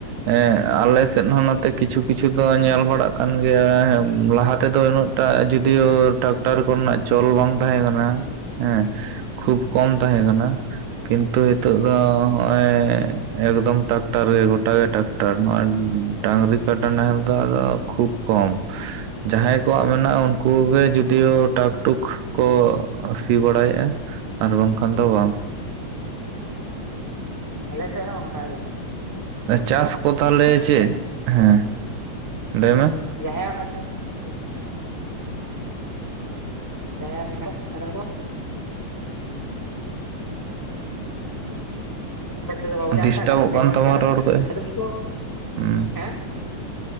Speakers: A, on the right; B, on the left.
A: ᱦᱮᱸ ᱟᱞᱮ ᱥᱮᱫ ᱦᱚᱸ ᱱᱚᱛᱮ ᱠᱤᱪᱷᱩ ᱠᱤᱪᱷᱩ ᱫᱚ ᱧᱮᱞ ᱵᱟᱲᱟᱜ ᱠᱟᱱ ᱜᱮᱭᱟ ᱞᱟᱦᱟ ᱛᱮᱫᱚ ᱩᱱᱟᱹᱜᱼᱼ ᱴᱟᱜ ᱡᱫᱤᱭᱳ ᱴᱨᱟᱠᱴᱟᱨ ᱠᱚᱨᱮᱱᱟᱜ ᱪᱚᱞ ᱵᱟᱝ ᱛᱟᱦᱮᱸ ᱠᱟᱱᱟ ᱦᱮᱸ, ᱠᱷᱩᱵ ᱠᱚᱢ ᱛᱟᱦᱮᱸ ᱠᱟᱱᱟ ᱠᱤᱱᱛᱩ ᱦᱮᱛᱳᱜ ᱫᱚ ᱦᱚᱜᱼᱚᱭᱼᱼ ᱮᱠᱫᱚᱢ ᱴᱟᱠᱴᱟᱨ ᱜᱮ ᱜᱚᱴᱟ ᱜᱮ ᱴᱟᱠᱴᱟᱨ ᱱᱚᱜᱚᱭ ᱰᱟᱝᱨᱤ ᱠᱟᱰᱟ ᱱᱟᱦᱮᱞ ᱫᱚ ᱟᱫᱚ ᱠᱷᱩᱵᱼᱼ ᱠᱚᱢ᱾ ᱡᱟᱦᱟᱸᱭ ᱠᱚᱣᱟᱜ ᱢᱮᱱᱟᱜᱼᱟ ᱩᱱᱠᱩᱩᱜ ᱜᱮ ᱡᱚᱫᱤᱭᱳ ᱴᱟᱠ ᱴᱩᱠ ᱠᱚ ᱥᱤ ᱵᱟᱲᱟᱭᱮᱫᱼᱟ᱾ ᱟᱨ ᱵᱟᱝᱠᱷᱟᱱ ᱫᱚ ᱵᱟᱝ᱾
B: ᱟᱞᱮᱥᱮᱫ ᱦᱚᱸ ᱚᱱᱠᱟ ᱜᱮ᱾
A: ᱪᱟᱥ ᱠᱚ ᱛᱟᱦᱚᱞᱮ ᱪᱮᱫ ᱦᱮᱸ ᱞᱟᱹᱭ ᱢᱮᱼᱼ
B: ᱡᱟᱦᱟᱸᱭᱟᱜ ᱢᱟᱱᱮ <inaudible> ᱡᱟᱦᱟᱸᱭᱟᱜ ᱢᱮᱱᱟᱜ <inaudible> ᱛᱚ ᱵᱟᱵᱚ
A: ᱰᱤᱥᱴᱟᱵᱚᱜ
B: ᱪᱟᱥᱟ ᱴᱟᱠᱴᱟᱨ ᱠᱚᱛᱮ
A: ᱠᱟᱱ
B: ᱜᱮᱵᱚᱱ
A: ᱛᱟᱢᱟ
B: ᱪᱟᱥ
A: ᱨᱚᱲ ᱠᱚᱭ
B: ᱟᱫᱚ ᱩᱱᱠᱩ
A: ᱦᱩᱸ
B: ᱦᱮᱸ,